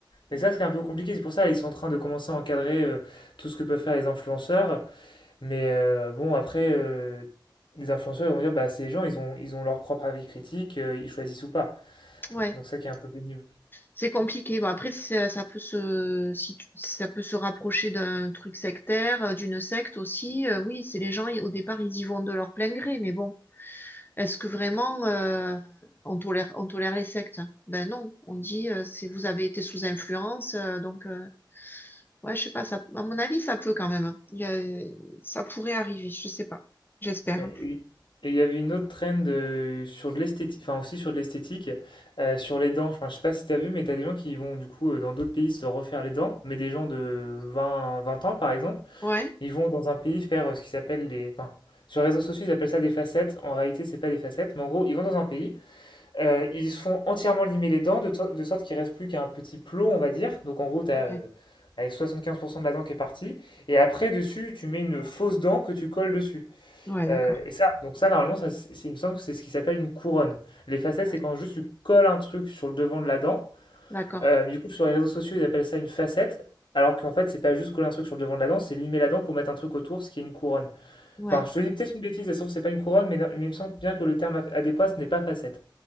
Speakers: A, on the left (about 25°); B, on the left (about 80°).
A: Mm.
B: mais ça, c'est un peu compliqué, c'est pour ça ils sont en train de commencer à encadrer euh, tout ce que peuvent faire les influenceurs. Mais euh, bon, après, euh, les influenceurs ils vont dire, bah, ces gens, ils ont, ils ont leur propre avis critique, euh, ils choisissent ou pas.
A: Ouais.
B: Donc ça qui est un peu pénible.
A: C'est compliqué. Bon, après, ça, ça peut se, si tu- ça peut se rapprocher d'un truc sectaire, euh, d'une secte aussi. Euh, oui, c'est les gens, ils- au départ, ils y vont de leur plein gré. Mais bon, est-ce que vraiment euh, on tolère, on tolère les sectes? Ben non. On dit, euh, c'est vous avez été sous influence. euh, donc, euh, ouais, je sais pas. Ça, à mon avis, ça peut quand même. Il y a- ça pourrait arriver. Je sais pas. J'espère.
B: Euh, Et et il y avait une autre trend euh, sur de l'esthétique, enfin aussi sur de l'esthétique, euh, sur les dents. Enfin, je sais pas si t'as vu, mais t'as des gens qui vont du coup euh, dans d'autres pays se refaire les dents, mais des gens de vingt vingt ans par exemple,
A: Ouais.
B: ils vont dans un pays faire euh, ce qui s'appelle des. Enfin, sur les réseaux sociaux, ils appellent ça des facettes. En réalité, c'est pas des facettes, mais en gros, ils vont dans un pays, euh, ils se font entièrement limer les dents de, to- de sorte qu'il reste plus qu'un petit plot, on va dire. Donc en gros, t'as. euh,
A: Ouais.
B: avec 75% de la dent qui est partie, et après dessus, tu mets une fausse dent que tu colles dessus.
A: Ouais, d'accord.
B: Euh, et ça, donc ça, normalement, ça, c'est, c'est- il me semble que c'est ce qui s'appelle une couronne. Les facettes,
A: Ouais.
B: c'est quand juste tu colles un truc sur le devant de la dent.
A: D'accord.
B: Euh, du coup, sur les réseaux sociaux, ils appellent ça une facette. Alors qu'en fait, c'est pas juste coller un truc sur le devant de la dent, c'est limer la dent pour mettre un truc autour, ce qui est une couronne.
A: Ouais.
B: Enfin, je te dis peut-être une bêtise, sauf que c'est pas une couronne, mais, non- mais il me semble bien que le terme adéquat, ce n'est pas facette.